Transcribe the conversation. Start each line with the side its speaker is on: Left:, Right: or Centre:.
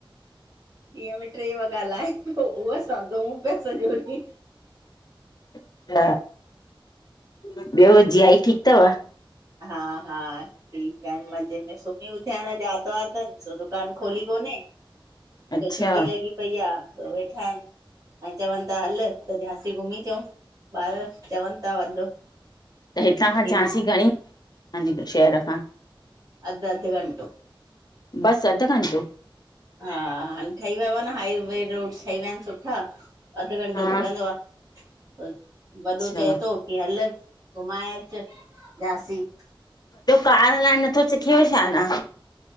Right: ॾींहं में ट्रे वॻा लाहे पियो उहो असां धोऊं पया सॼो ॾींह।
Left: <unintelligible> ॿियो जीजाजी ठीक तव।
Right: हा हा ठीकु आहिन मज़े में सुम्ही उथिया न आरतवार अथनि दुकानु खोली कोन्हे। त
Left: अच्छा
Right: छुटी लॻी पई आहे त वेठा आहिनि। ऐं चवनि था हल त झांसी घुमी अचऊूं ॿार चवनि था <unintelligible>
Left: त हितां
Right: की
Left: खां झांसी
Right: न
Left: घणी <unintelligible> शहरखां
Right: अध अध घंटो
Left: बस अध घन्टो
Right: हा हाणे ठही वियो आहे न हाईवे रोड्स ठही विया आहिनि सुठा। अधु घंटो
Left: हा
Right: लॻंदो आहे वॾो
Left: अच्छा
Right: चए थो की हल घुमाए। झांसी।
Left: पाड़ हला ऐड़ नथो सिखेव छा अना।